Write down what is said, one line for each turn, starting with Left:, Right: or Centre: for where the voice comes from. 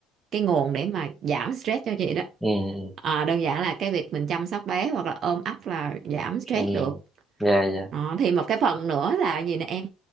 Right: cái nguồn để mà giảm stress cho chị đó
Centre: ừ ừ
Right: à, đơn giản là cái việc mình chăm sóc bé hoặc là ôm ấp là giảm stress
Centre: ừ.
Right: được
Centre: dạ dạ
Right: đó, thì một cái phần nữa là gì nè em